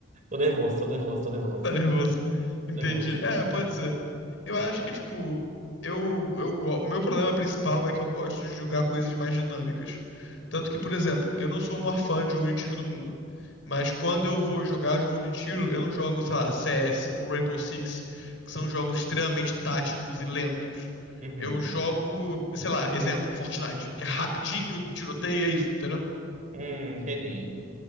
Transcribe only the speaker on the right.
Tô nervoso, tô nervoso, tô nervoso.
Tô nervoso.
Uhum.
Hum, entendi.